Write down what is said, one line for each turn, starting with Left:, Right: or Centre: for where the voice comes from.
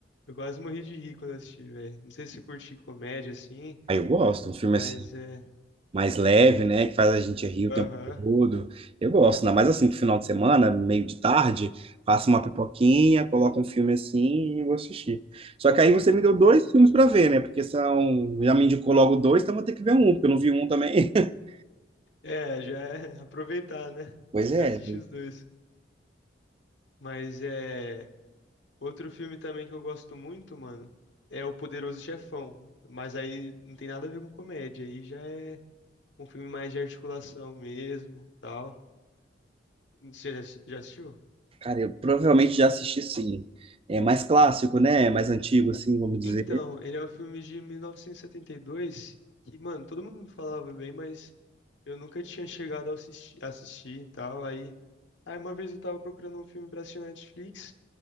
Left: eu quase morri de rir quando eu assisti, velho. Não sei se curti comédia assim,
Right: Aí eu gosto, um filme
Left: mas
Right: assim,
Left: é.
Right: mais leve, né? Que faz a gente rir o
Left: Aham.
Right: tempo todo. Eu gosto, ainda mais assim, pro final de semana, meio de tarde, faço uma pipoquinha, coloco um filme assim e vou assistir. Só que aí você me
Left: É
Right: deu
Left: bom.
Right: dois filmes pra ver, né? Porque são. Já me indicou logo dois, então vou ter que ver um, porque eu não vi um também. <laughs>
Left: É, já é <laughs> aproveitar, né?
Right: Pois é,
Left: Já assisti os dois. Mas é. Outro filme também que eu gosto muito, mano, é O Poderoso Chefão. Mas aí não tem nada a ver com comédia. Aí já é um filme mais de articulação mesmo, tal. Você já, assi- já assistiu?
Right: cara, eu provavelmente já assisti sim. É mais clássico, né? Mais antigo, assim, vamos dizer.
Left: Então, ele é um filme de 1972 que, mano, todo mundo me falava bem, mas eu nunca tinha chegado a assisti- assistir, e tal. Aí, aí uma vez eu tava procurando um filme pra assistir na Netflix.